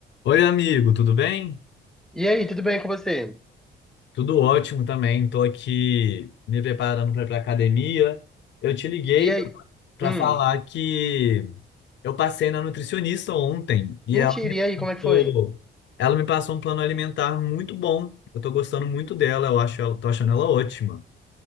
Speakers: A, on the left; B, in the centre.
A: Oi, amigo, tudo bem?
B: E aí, tudo bem com você?
A: Tudo ótimo também. Estou aqui me preparando para ir para academia. Eu te liguei
B: E aí?
A: para
B: Hum,
A: falar que eu passei na nutricionista ontem e
B: mentira,
A: ela me passou,
B: e aí, como é que foi?
A: ela me passou um plano alimentar muito bom. Eu estou gostando muito dela, eu acho, ela- tô achando ela ótima.